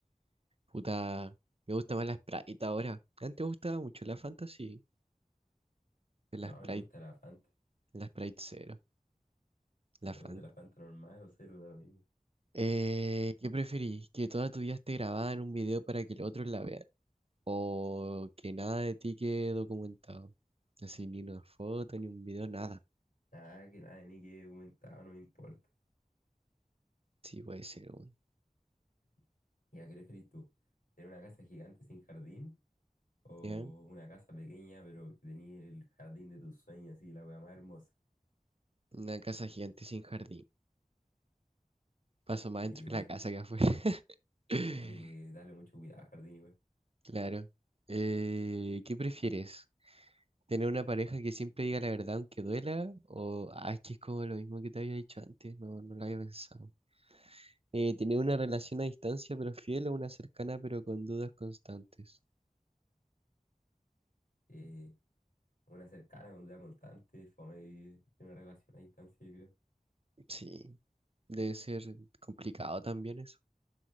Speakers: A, on the right; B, on the left.
A: Puta, me gusta más la Sprite ahora. Antes me gustaba mucho la Fanta, sí. pero
B: No,
A: La Sprite,
B: me gusta la Fanta.
A: la Sprite cero, la
B: No,
A: Fanta.
B: me gusta la Fanta normal o cero, da lo mismo.
A: Eh, ¿qué preferís? ¿Que toda tu vida esté grabada en un video para que los otros la vean? ¿O que nada de ti quede documentado? Así, ni una foto, ni un video, nada.
B: Nada, que nada de mí quede documentado, no me importa.
A: Sí, puede ser. weón.
B: <clears throat> ¿Y a qué preferís tú? ¿Tener una casa gigante sin jardín? ¿O
A: ¿Ya?
B: una casa pequeña pero que tenía el jardín de tus sueños así, la weá más hermosa?
A: Una casa gigante sin jardín. Paso más
B: Y
A: dentro
B: igual,
A: de la casa que afuera. <laughs>
B: tiene que darle mucho cuidado al jardín igual.
A: Claro. Eh, ¿qué prefieres? ¿Tener una pareja que siempre diga la verdad aunque duela? ¿O, ah, es que es como lo mismo que te había dicho antes, no, no lo había pensado. Eh, ¿tener una relación a distancia pero fiel o una cercana pero con dudas constantes?
B: Eh, una cercana con duda constante, fome vivir en una relación a distancia, yo creo.
A: Sí, debe ser complicado también eso.